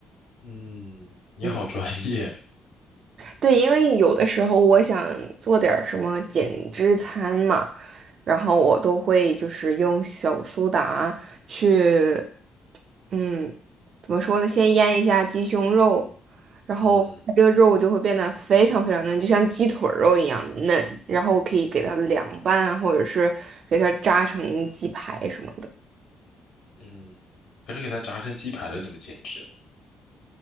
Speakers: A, on the left (about 70°); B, on the right (about 60°).
A: 嗯，你好专业。
B: 嗯，对，因为有的时候我想做点儿什么减脂餐嘛，然后我都会就是用小苏打去，嗯，怎么说呢？先腌一下鸡胸肉，然后它这个肉就会变得非常非常嫩，
A: 嗯
B: 就像鸡腿儿肉一样嫩，然后可以给它凉拌啊，或者是给它炸成鸡排什么的。
A: 嗯，可是给它炸成鸡排了，怎么减脂？